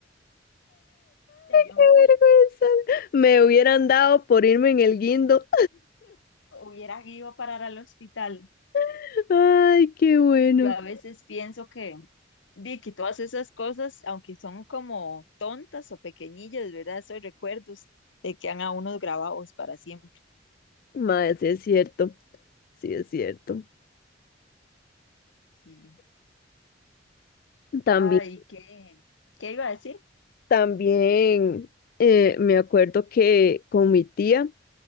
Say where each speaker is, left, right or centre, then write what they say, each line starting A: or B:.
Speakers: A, on the left; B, on the left.
A: Que Yo
B: ¡Qué vergüenza! Me hubieran dado por irme en el guindo.
A: hubiera ido a parar al hospital.
B: <laughs> ¡Ay, qué bueno!
A: Yo a veces pienso que, di que todas esas cosas, aunque son como tontas o pequeñillas, ¿verdad? Esos recuerdos de que han a unos grabados para siempre.
B: Mae, sí es cierto, sí es cierto.
A: Sí.
B: También,
A: Ay, ¿qué? ¿Qué iba a decir?
B: también eh, me acuerdo que con mi tía,